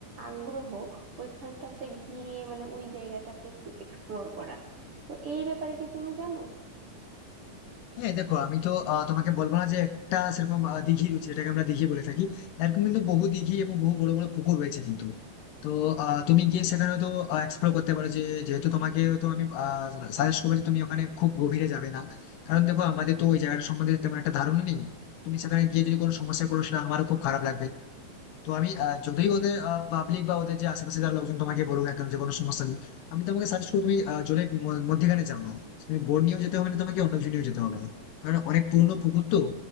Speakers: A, on the right; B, on the left.
A: আগ্রহ ওইখানটাতে গিয়ে মানে ওই জায়গাটাকে একটু এক্সপ্লোর করা তো এই ব্যাপারে কি তুমি জানো
B: হ্যাঁ দেখো আমি তো আহ, তোমাকে বলবো না যে একটা সেরকম আহ, দিঘি রয়েছে যেটাকে আমরা দিঘি বলে থাকি এরকম কিন্তু বহু দিঘি এবং বহু বড় বড় পুকুর রয়েছে কিন্তু তো আহ, তুমি
A: হুম,
B: গিয়ে সেখানে তো এক্সপ্লোর করতে পারো যে যেহেতু তোমাকে তো আমি সাজেস্ট করবো যে তুমি ওখানে খুব গভীরে যাবে না কারণ দেখো আমাদের তো ওই জায়গাটা সম্বন্ধে তেমন একটা ধারণা নেই তুমি সেখানে গিয়ে যদি কোনো সমস্যায় পড়ো সেটা আমারও খুব খারাপ লাগবে তো আমি আহ, যতই ওদের পাবলিক বা ওদের যে আশেপাশে যারা লোকজন তোমাকে বলুক না কেন যে কোনো সমস্যা নেই আমি তোমাকে সাজেস্ট করবো তুমি আহ, জলের ম- মধ্যেখানে যাও না তুমি বোট নিয়েও যেতে হবে না তোমাকে অন্য কিছু নিয়েও যেতে হবে না কারণ অনেক পুরনো পুকুর তো